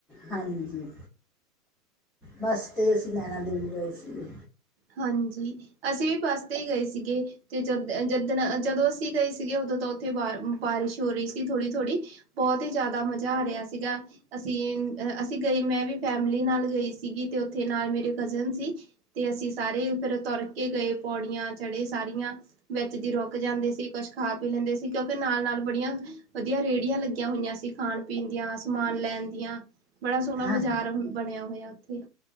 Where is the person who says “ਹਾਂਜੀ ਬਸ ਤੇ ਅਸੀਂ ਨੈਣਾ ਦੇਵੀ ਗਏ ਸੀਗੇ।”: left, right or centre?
Centre